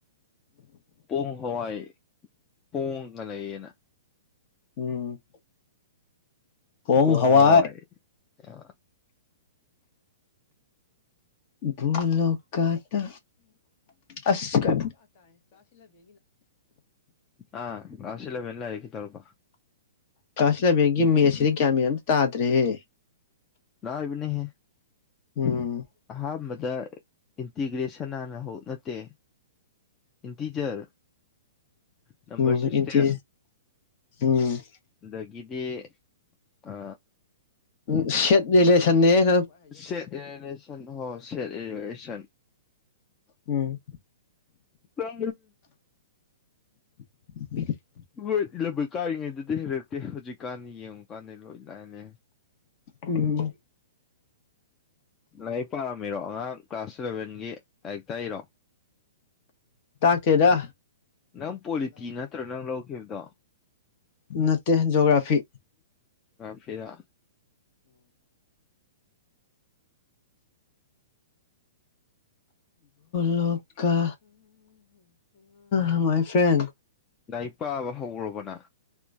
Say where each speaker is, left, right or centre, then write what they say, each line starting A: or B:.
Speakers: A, on the left; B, on the left.
A: ꯄꯣꯝ ꯍꯋꯥꯏ ꯄꯣꯡꯒ ꯂꯩꯌꯦꯅ
B: ꯎꯝ ꯄꯣꯡ
A: ꯄꯣꯉꯋꯥꯏ
B: ꯍꯋꯥꯏ
A: ꯑ
B: ꯊ ꯂꯣꯛꯇ ꯑꯁ ꯀ
A: ꯑ ꯑꯁꯤꯂꯕ ꯥꯏꯛ ꯇꯧꯔꯄ
B: ꯀꯁꯤꯂꯕꯦꯡꯒꯤ ꯃꯦꯁꯤꯗꯤ ꯀꯌꯥꯃ ꯇꯥꯗ꯭ꯔꯦꯍꯦ
A: ꯂꯥꯔꯕꯤꯅꯤꯍ
B: ꯎꯝ
A: ꯑ ꯃ ꯏꯟꯇꯤꯒ꯭ꯔꯦꯁꯟ ꯁꯅꯥꯟꯅ ꯅꯠꯇꯦ ꯏꯟꯇꯤꯖꯔ ꯅꯝꯕꯝꯕꯔ
B: ꯎꯝ
A: ꯁꯤꯁꯇꯦꯝ
B: ꯏꯟꯇꯤ ꯎꯝ
A: ꯗꯒꯗꯤ ꯑ
B: ꯁꯦꯠ ꯔꯤꯂꯦꯁꯟꯟꯅꯦ
A: <inaudible> ꯍ ꯁ ꯑꯦꯔꯤꯒꯁꯟ
B: ꯎꯝ
A: ꯑ
B: <inaudible>
A: ꯍꯣꯏ ꯏ ꯂꯕꯣꯏ ꯀꯥꯔꯤꯉꯩꯗꯨꯗꯤ ꯍꯩꯔꯛꯇꯦ ꯍꯧꯖꯤꯛ ꯀꯥꯟꯗꯤ ꯌꯦꯡꯉꯨꯀꯥꯟꯅꯦ ꯂꯣꯏ ꯂꯥꯛꯑꯅꯦ
B: ꯎꯝ
A: ꯂꯩ ꯄ ꯇꯝꯕꯤꯔꯛꯣ ꯑꯉꯥꯡ ꯀ꯭ꯂꯥꯁ ꯏꯂꯚꯦꯟꯒꯤ ꯂꯛꯇꯥꯛꯏꯔꯣ
B: ꯇꯥꯛꯇꯦꯗ
A: ꯅꯪ ꯄꯣꯂꯤꯇꯤ ꯅꯠꯇ꯭ꯔꯥ ꯅꯪ ꯂꯧꯈꯤꯕꯗꯣ
B: ꯅꯠꯇ ꯣꯒ꯭ꯔꯥꯐꯤ
A: ꯐꯤꯔ
B: ꯂꯣ ꯀ ꯑ ꯃꯥꯏ ꯐ꯭ꯔꯦꯟ
A: ꯗꯥꯏ ꯄꯥꯕ ꯍꯧꯔꯕꯅ